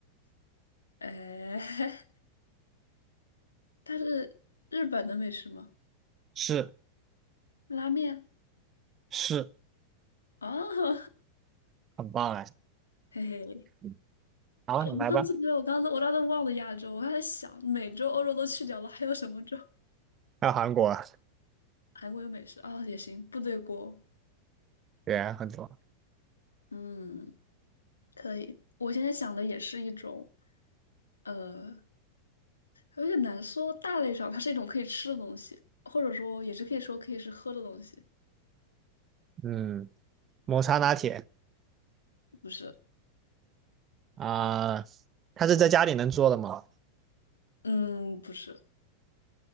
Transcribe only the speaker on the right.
是
是，
很棒哎。
嗯好，
你来吧。
还有韩国，
对，很多，
嗯，抹茶拿铁
啊、它是在家里能做的吗？